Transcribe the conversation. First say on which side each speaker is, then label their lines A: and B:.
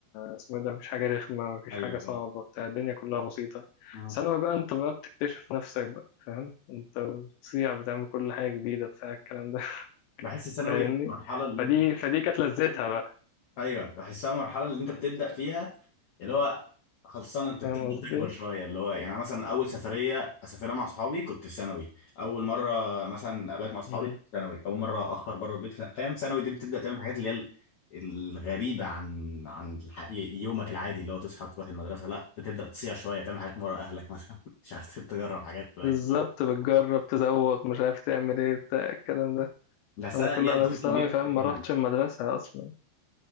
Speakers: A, on the left; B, on the left.
A: اسمه إيه ده مفيش حاجة رخمة مفيش
B: ايوه
A: حاجة
B: فاهم
A: صعبة بتاع الدنيا كلها بسيطة
B: آه.
A: ثانوي بقى انت بقى بتكتشف نفسك بقى فاهم انت بتصيع بتعمل كل حاجة جديدة بتاع الكلام ده <laughs>
B: بحس ثانوي
A: فاهمني
B: المرحله اللي
A: فدي
B: انت
A: فدي كانت لذتها بقى
B: ايوه بحسها المرحله اللي انت بتبدا فيها اللي هو خلصان انت
A: فاهم
B: بتبدا
A: قصدي
B: تكبر شويه اللي هو يعني أنا مثلا اول سفريه اسافرها مع صحابي كنت في ثانوي اول مره مثلا ابات مع صحابي
A: مم.
B: كنت في ثانوي اول مره اخر بره البيت في- فاهم ثانوي دي بتبدا تعمل الحاجات اللي هي ال- الغريبه عن عن الح... يومك العادي اللي هو تصحى تروح المدرسه لا بتبدا تصيع شويه تعمل حاجات من ورا اهلك مثلا <laughs> مش عارف تجرب حاجات طيب
A: بالظبط بتجرب تزوق مش عارف تعمل ايه بتاع الكلام ده
B: بحسها
A: انا كل
B: ليها
A: انا
B: دور
A: في
B: كبير
A: ثانوي فاهم
B: في التكوين
A: ما روحتش المدرسة اصلا